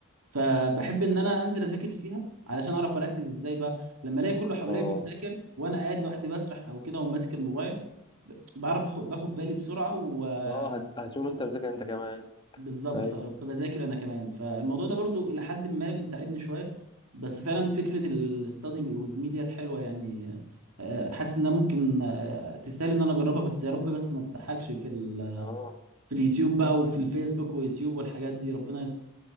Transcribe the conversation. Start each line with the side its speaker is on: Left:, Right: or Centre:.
Right: فبحب ان انا انزل اذاكر فيها علشان اعرف اركز ازاي بقى لما الاقي كله حواليا
Left: اه
Right: بيذاكر وانا قاعد لوحدي بسرح او كده وماسك الموبايل ب- بعرف اخد باخد بالي بسرعه وبالظبط
Left: اه هت- هتقوم انت مذاكر انت كمان
Right: بالظبط
Left: ايوه
Right: ف- فبذاكر انا كمان فالموضوع ده برضو الى حد ما بيساعدني شويه بس فعلا فكره الاستادي ويز مي ديت حلوه يعني آه، حاسس انها ممكن آه، تستاهل ان انا اجربها بس يا رب بس ما تسحلش في ال...
Left: اه
Right: في اليوتيوب بقى وفي الفيسبوك ويوتيوب والحاجات دي ربنا يستر